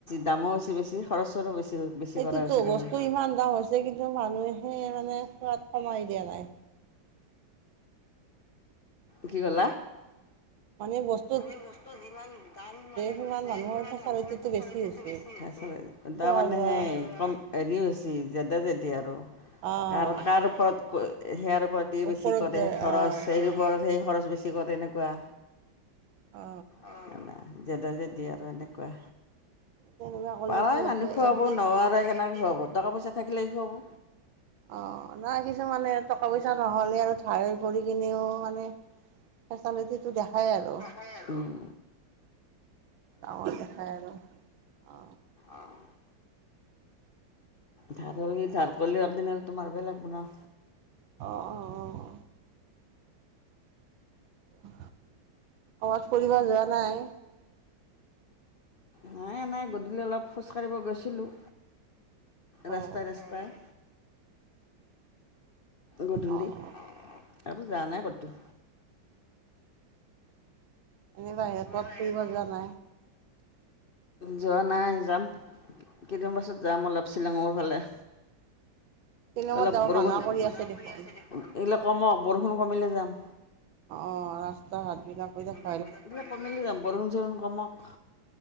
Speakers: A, on the left; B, on the right.
A: দামো হৈছে বেছি খৰচৰো বেছি। বেছি
B: সেইটোতো
A: কৰা হৈছে দেখোন
B: বস্তু ইমান দাম হৈছে কিন্তু মানুহেহে মানে সোৱাত কমাই দিয়া নাই।
A: কি ক'লা?
B: অনেক বস
A: মানে বস্তু যিমান দাম মানে
B: সিমান
A: হৈছে
B: মানুহৰ
A: সিমান
B: ফেচালিটিটো
A: মানুহৰ
B: বেছি
A: চৰিতিটো
B: হৈছে
A: বেছি হৈছে।
B: খোৱা
A: তাৰমানে
B: লোৱা
A: সেই কম হেৰি হৈছি জেদা জেদি আৰু
B: অঁ
A: কাৰ কাৰ ওপৰত ক সেয়াৰ ওপৰত তি
B: ওপৰত
A: বেছি কৰে
B: যায়
A: খৰচ
B: অঁ
A: সেইৰ ওপৰত সেই খৰচ বেছি কৰে তেনেকুৱা।
B: অ।
A: অ জেদা জেদি আৰু এনেকুৱা।
B: তেনেকুৱা ক'লে
A: পাৰাই
B: কি হ'ব
A: মানুহ খুৱাব
B: একদিন
A: নোৱাৰে কেনেকৈ খুৱাব টকা - পইচা থাকিলেই খুৱাব।
B: অ নাই কিছুমানে টকা - পইচা নহ'লে আৰু ধাৰ কৰি কিনেও মানে ফেচালিটিটো দেখাই আৰু।
A: এ ৰোম।
B: ডাঙৰ দেখাই আৰু অ।
A: অহ। ধদলি ঢাপলি অৰদিনা তো মাৰিব লাগিব না।
B: অ অ অ। অ কবাত ফুৰিব যোৱা নাই?
A: হে নাই গধূলি অলপ খোজ কাঢ়িব গৈছিলোঁ। ৰাস্তাই
B: অঁ
A: ৰাস্তাই। গধূলি
B: অঁ অঁ
A: আৰু যোৱা নাই কতো।
B: এনেই বাহিৰে ক'ত
A: বাহিৰত
B: ফুৰিব যোৱা নাই।
A: যোৱা নাই, যাম। কেইদিন পাছত যাম অলপ শ্বিলঙৰ ফালে।
B: শ্বিলঙত
A: অলপ
B: যাব
A: বৰষুণ,
B: মানা কৰি
A: এৰিলে
B: আছে দেখোন
A: কমক বৰষুণ কমিলে যাম।
B: অ ৰাস্তা ঘাটবিলাকক কৈ থাক
A: এইবিলাক কমিলি যাম বৰষুণ - চৰুষুণ কমক।